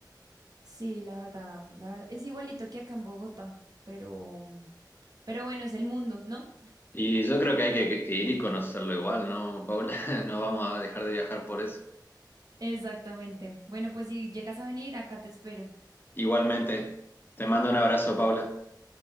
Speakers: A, on the right; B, on the left.
A: Sí, la verdad, la verdad, es igualito que acá en Bogotá, pero, mm, pero bueno, es el mundo, ¿no?
B: Y yo creo que hay que, que ir y conocerlo igual, ¿no, Paula? <laughs> No vamos a dejar de viajar por eso.
A: Exactamente. Bueno, pues si llegas a venir, acá te espero.
B: Igualmente, te mando un abrazo, Paula.